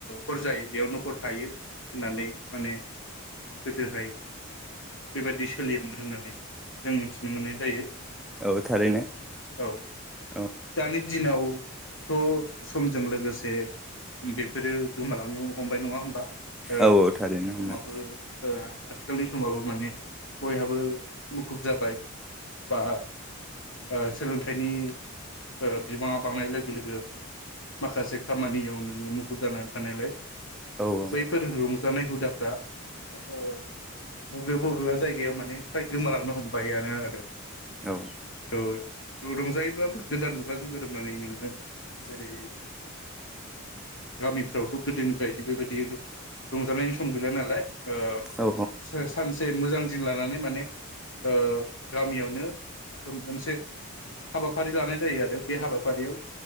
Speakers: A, on the left (about 55°); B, in the centre.
A: हर जायो बेयावनो हर थायो होनानै माने गोदोहाय बेबायदि सोलियोमोन होननानै जों मिथिनो मोननाय जायो
B: औ थारैनो
A: औ
B: औ
A: दानि दिनावथ' समजों लोगोसे बेफोरो गोमालांनो हमबाय नङा होमबा ओ
B: औ औ थारैनो
A: समाबो
B: नोंथां
A: ओ आथिखालनि समावबो माने बयहाबो मुखुब जाबाय बा ओ सोलोंथाइनि ओ बिबाङा बांनाय लोगो लोगो माखासे खामानियाव नोङो मुखुब जानानै थानायलाय
B: औ औ
A: फोर रंजानाय हुदाफ्रा ओ बबेबा बबेबा जायगायाव माने फ्राय गोमालांनो हमबायानो आरो
B: औ
A: ओ रंजायोब्लाबो गोदान मुगाजों गोरोबनानै नोङो जेरै गामिफ्रावथ' गोदोनिफ्राय बेबायदि रंजानायनि सम गैला नालाय ओ
B: औ
A: से सासो से मोजां दिन लानानै माने ओ गामियावनो मोनसे हाबाफारि लानाय जायो आरो बे हाबाफारियाव